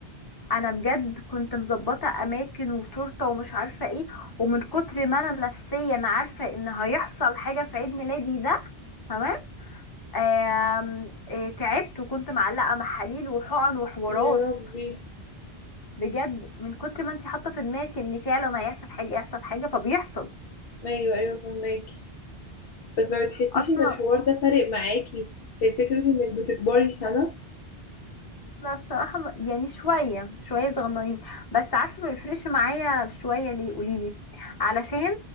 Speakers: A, on the left; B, on the left.
A: انا بجد كنت مظبطه اماكن وتورته ومش عارفه ايه ومن كتر ما انا نفسيا عارفه ان هيحصل حاجه في عيد ميلادي ده تمام آم، آه، تعبت وكنت معلقه محاليل وحقن وحوارات
B: يا ربي
A: بجد من كتر ما انت حاطه في دماغك ان فعلا هيحصل حاجه يحصل حاجه فبيحصل
B: ايوه ايوه فهمك بس ما بتحسيش
A: اصلا
B: ان الحوار ده فارق معاكي في فكرة انك بتكبري سنة
A: لا الصراحه م- يعني شويه شويه صغننين بس عارفه ما بيفرقش معايا شويه ليه قوليلي علشان